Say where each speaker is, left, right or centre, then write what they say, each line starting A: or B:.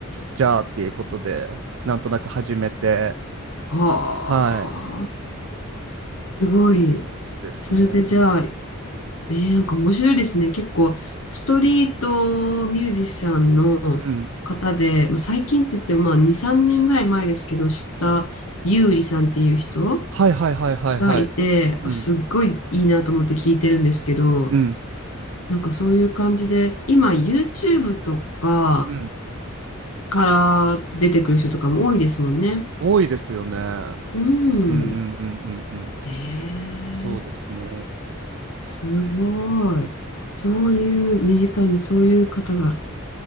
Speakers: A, on the right; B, on the left.
A: じゃあっていうことでなんとなく始めて
B: はあ。
A: はい
B: すごい。
A: ですね
B: それでじゃあ、ええなんか面白いですね。結構、ストリートミュージシャンの方で、
A: うん
B: まあ、最近って言っても、まあ、2、3年ぐらい前ですけど、知ったゆうりさんっていう人。
A: はいはいはいはいはい
B: がいて、
A: うん
B: あ、すっごいいいなと思って聞いてるんですけど、
A: うん
B: なんかそういう感じで、今 YouTube とか
A: うん
B: から出てくる人とかも多いですもんね。
A: 多いですよね。うん
B: うん。
A: うんうんうんうん。
B: えー、
A: そうですね。
B: すごい。そういう、身近にそういう方が、